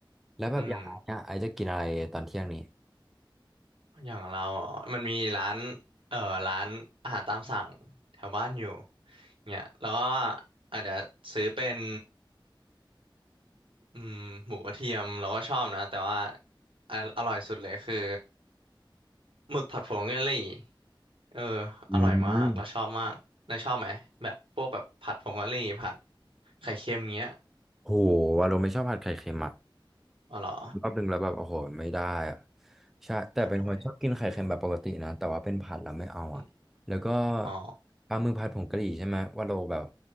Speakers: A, in the centre; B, on the right.
A: แล้วแบบอยางไอเนี่ยไอจะกินอะไรตอนเที่ยงนี้
B: อืม อย่างเราออมันมีร้านเอ่อร้านอาหารตามสั่งแถวบ้านอยู่เนี่ยแล้วก็อาจจะซื้อเป็นอืมหมูกระเทียมเราก็ชอบนะแต่ว่าออร่อยสุดเลยคือหมึกผัดผงกะหรี่เออ
A: อืม
B: อร่อยมากเราชอบมากนายชอบไหมแบบพวกแบบผัดผงกะหรี่ผัดไข่เค็มเงี้ย
A: โหวาโลไม่ชอบผัดไข่เค็มอ่ะ
B: อ๋อเหรอ
A: รอบหนึ่งแล้วแบบโอ้โหไม่ได้อะใช่แต่เป็นคนชอบกินไข่เค็มแบบปกตินะแต่ว่าเป็นผัดแล้วไม่เอาอ่ะแล้วก็
B: โอ้ยอมอ๋อ
A: ปลาหมึกผัดผงกะหรี่ใช่ไหมว่าเราแบบ